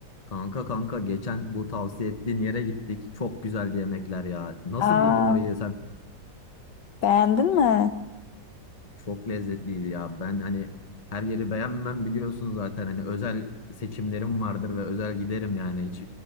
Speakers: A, on the left; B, on the left.
A: Kanka kanka geçen bu tavsiye ettiğin yere gittik. Çok güzel yemekler ya. Nasıl
B: Aa,
A: buldun orayı? Sen
B: beğendin mi?
A: Çok lezzetliydi ya. Ben hani her yeri beğenmem biliyorsun zaten. Hani özel seçimlerim vardır ve özel giderim yani. Hiç